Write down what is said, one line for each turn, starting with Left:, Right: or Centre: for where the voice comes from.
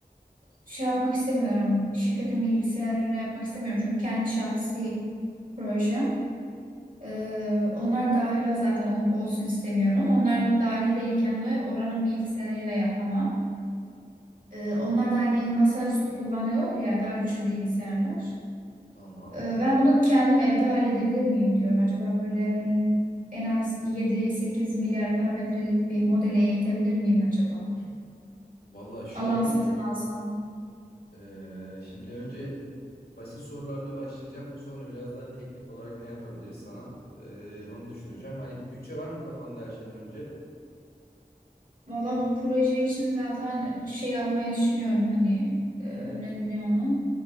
Right: şey yapmak istemiyorum. Şirketin bilgisayarıyla yapmak istemiyorum. Çünkü kendi şahsi proje. Ee, onlar dahil zaten ol- olsun istemiyorum. Onlar dahil değilken de oranın bilgisayarıyla yapamam. Ee,
Left: Evet,
Right: onlar da hani masaüstü kullanıyorlar ya daha güçlü bilgisayarlar.
Left: tamam.
Right: Ee, ben bunu kendim evde halledebilir miyim diyorum. Acaba böyle hani en az yedi sekiz milyar parametrelik bir modeli eğitebilir miyim acaba?
Left: Valla şöyle
Right: Alan satın
Left: diyeyim.
Right: alsam.
Left: Ee, şimdi önce basit sorularla başlayacağım. Sonra biraz daha teknik olarak ne yapabiliriz sana? Ee, onu düşüneceğim. Hani bir bütçe var mı kafanda her şeyden önce?
Right: Valla bu proje için zaten şey almayı düşünüyorum hani e, ne deniyor ona?